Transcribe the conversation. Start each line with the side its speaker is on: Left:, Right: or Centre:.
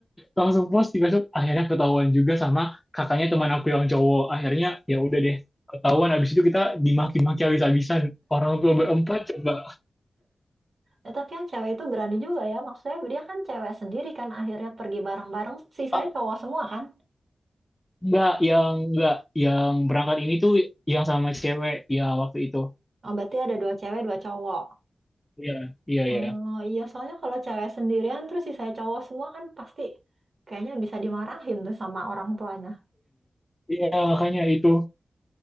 Left: langsung post di Facebook. Akhirnya ketahuan juga sama kakaknya teman aku yang cowok. Akhirnya ya udah deh ketahuan habis itu kita dimaki-maki habis-habisan orang tua berempat coba
Right: Ya, tapi yang cewek itu berani juga ya. Maksudnya dia kan cewek sendiri kan. Akhirnya pergi bareng-bareng. Sisanya
Left: Ah,
Right: cowok semua kan?
Left: enggak yang enggak yang berangkat ini tuh yang sama cewek ya waktu itu
Right: Oh, berarti ada dua cewek, dua cowok.
Left: iya iya
Right: Oh,
Left: iya
Right: iya. Soalnya kalau cewek sendirian, terus sisanya cowok semua kan pasti kayaknya bisa dimarahin tuh sama orang tuanya.
Left: iya makanya itu